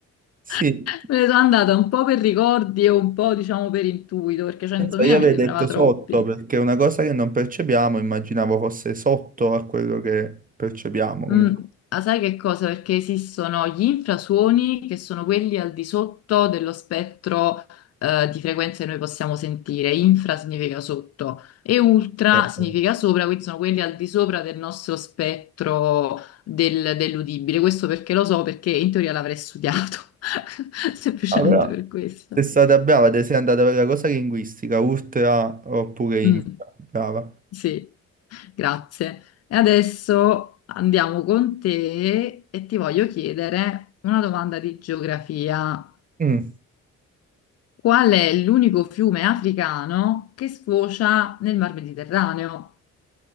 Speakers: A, on the right; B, on the left.
A: Sì,
B: <laughs> Me ne sono andata un po' per ricordi e un po', diciamo, per intuito, perché 100.000
A: Pensa, Io avrei
B: mi sembrava
A: detto
B: troppi.
A: sotto perché è una cosa che non percepiamo, immaginavo fosse sotto a quello che percepiamo. Come
B: Mm,
A: dico.
B: ah, sai che cosa? Perché esistono gli infrasuoni che sono quelli al di sotto dello spettro eh, di frequenze che noi possiamo sentire. Infra significa sotto e ultra
A: Eh,
B: significa sopra, quindi sono quelli al di sopra del nostro spettro del- dell'udibile. Questo perché lo so, perché in teoria l'avrei studiato, <laughs> semplicemente
A: ah, però
B: per questo.
A: sei stata brava, te sei andata per la cosa linguistica, ultra oppure infra.
B: Mm.
A: Brava.
B: Sì, grazie. E adesso andiamo con te e ti voglio chiedere una domanda di geografia.
A: Mm,
B: Qual è l'unico fiume africano che sfocia nel Mar Mediterraneo?